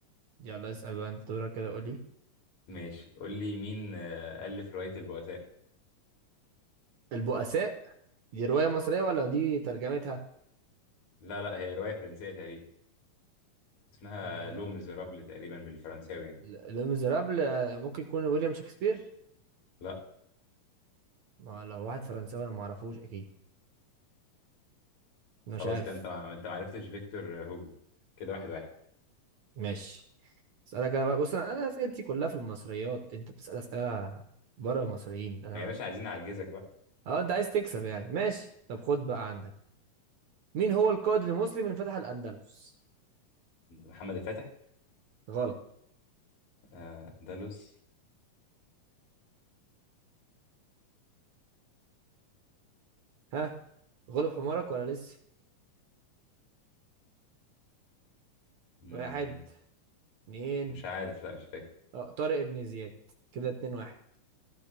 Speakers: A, on the right; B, on the left.
A: يلا اسال بقى انت دورك كده قول لي
B: ماشي قول لي مين آه، ألف رواية البؤساء
A: البؤساء دي روايه مصريه ولا دي ترجمتها
B: لا لا هي رواية فرنسية تقريبا اسمها
A: آه...
B: لو ميزيرابل تقريبا بالفرنساوي يعني
A: لو ميزرابل آه، ممكن يكون ويليام شكسبير
B: لا
A: ما لو واحد فرنساوي انا ما اعرفوش اكيد انا
B: خلاص
A: مش عارف
B: كده انت ما انت ما عرفتش فيكتور هوجو كده واحد واحد
A: ماشي اسالك انا بقى بص انا أنا اسئلتي كلها في المصريات انت بتسال اسئله بره المصريين انا
B: ما يا باشا عايزين نعجزك بقى
A: اه انت عايز تكسب يعني ماشي طب خد بقى عندك مين هو القائد المسلم اللي فتح الاندلس
B: محمد الفاتح
A: غلط
B: آه، اندلس
A: ها غلب حمارك ولا لسه
B: مم،
A: واحد اتنين
B: مش عارف لا مش فاكر
A: اه طارق ابن زياد كده اتنين واحد